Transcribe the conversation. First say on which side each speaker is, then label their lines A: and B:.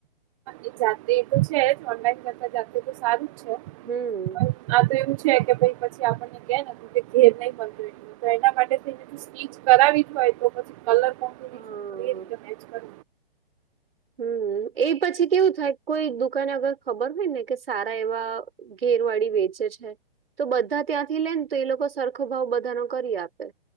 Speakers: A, on the right; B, on the right.
A: એ જાતે એ તો છે જ ઓનલાઈન કરતા જાતે તો સારું જ છે.
B: હમ્મ.
A: પણ આ તો એવું છે કે પછી આપણને કેું કે ઘેર નહી બનતું તો એના માટેને સ્ટીચ કરાવી હોય તો પછી કલર કોમ્બિનેશન
B: હા.
A: કરી રીતે મેચ કર
B: હમ એ પછી કેવું થાય કોઈ દુકને અગર ખબર હોય ને કે સારા એવા ઘેરવાળી વેચે છે તો બધા ત્યાંથી લે ને તો એ લોકો સરખો ભાવ બધા ન કરી આપે.